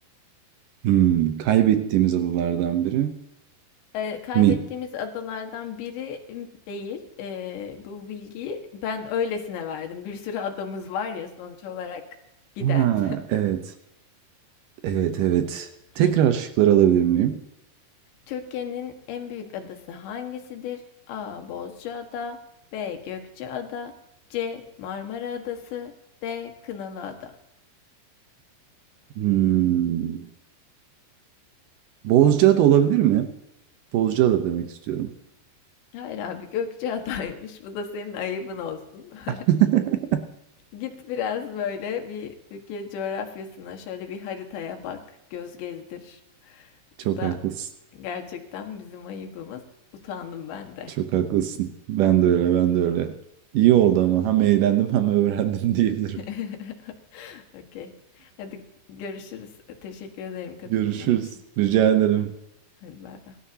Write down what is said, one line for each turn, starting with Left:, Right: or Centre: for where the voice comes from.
Right: Hmm, kaybettiğimiz adalardan biri
Left: Ee, kaybettiğimiz
Right: mi?
Left: adalardan biri değil. Ee, bu bilgiyi ben öylesine verdim. Bir sürü adamız var ya sonuç olarak giden.
Right: Ha, evet. Evet, evet. Tekrar
Left: <laughs>
Right: şıkları alabilir miyim?
Left: Türkiye'nin en büyük adası hangisidir? A. Bozcaada B. Gökçeada C. Marmara Adası D. Kınalıada
Right: Hmm. Bozcaada olabilir mi? Bozcaada demek istiyorum.
Left: Hayır abi Gökçeada'ymış. Bu da senin ayıbın olsun. <laughs>
Right: <laughs>
Left: Git biraz böyle bir Türkiye coğrafyasına şöyle bir haritaya bak, göz gezdir.
Right: Çok
Left: Bu da
Right: haklısın.
Left: gerçekten bizim ayıbımız. Utandım ben de.
Right: Çok haklısın. Ben de öyle, ben de öyle. İyi oldu ama hem eğlendim hem öğrendim <laughs> diyebilirim.
Left: <laughs> Okey. Hadi görüşürüz. Teşekkür ederim katılımın
Right: Görüşürüz.
Left: için.
Right: Rica ederim.
Left: Hadi bay bay.